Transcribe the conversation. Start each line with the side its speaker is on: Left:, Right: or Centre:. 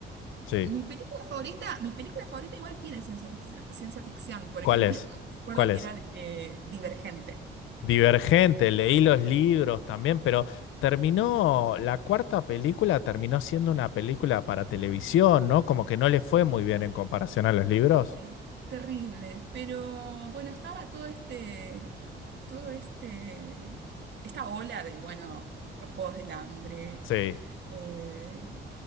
Left: Sí.
Right: mi película favorita, mi película favorita igual tiene ciencia ficción, ciencia ficción. Por
Left: ¿Cuál
Right: ejemplo,
Left: es?
Right: <laughs> recuerdo
Left: ¿Cuál
Right: que
Left: es?
Right: era eh, Divergente.
Left: Divergente, leí los libros también, pero terminó, la cuarta película terminó siendo una película para televisión, ¿no? Como que no le fue muy bien
Right: Sí.
Left: en comparación a los libros.
Right: Eh, terrible, pero bueno, estaba todo este, todo este, esta ola de, bueno, los Juegos del Hambre,
Left: Sí.
Right: eh,